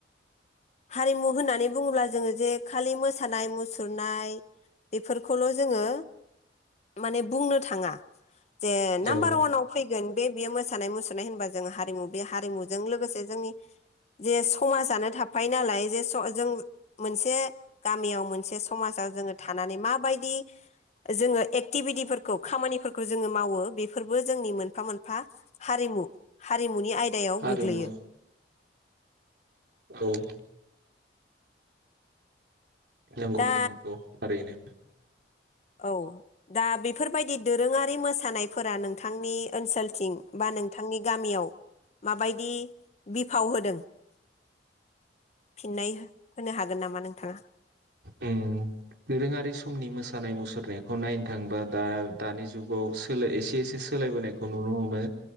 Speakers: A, on the left; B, on the right.
A: हारिमु होननानै बुङोब्ला जोङो जे खालि मोसानाय मुसुरनाय बेफोरखौल' जोङो माने बुंनो थाङा। जे नाम्बार
B: औ
A: अवानाव फैगोन बे बेयो मोस मोसानाय मुसुरनाय होनबा जोङो हारिमु बे हारिमुजों लोगोसे जोंनि जे समाजानो थाफायो नालाय जे जों मोनसे गामियाव मोनसे समाजाव जोङो थानानै माबायदि जोङो एक्टिभिटिफोरखौ खामानिफोरख खौ जोङो मावो बेबो जोंनि मोनफा मोनफा हारिमु। हारिमु मुनि आयदायाव
B: हारिमु
A: गोग्लैयो।
B: औ नंगौ
A: दा
B: नोंथां औ थारैनो।
A: औ दा बेफोरबायदि दोरोङारि मोसानायफोरा नोंथांनि ओनसोलथिं बा नोंथांनि गामियाव माबायदि बिफाव होदों। <inaudible> फिननाय हो-होनो हागोन नामा नोंथाङा?
B: उम दोरोङारि समनि मोसानाय मुसुरनायखौ नायनो थांबा दा दानि जुगाव सोलाय एसे एसे सोलायबोनायखौ नुनो हमो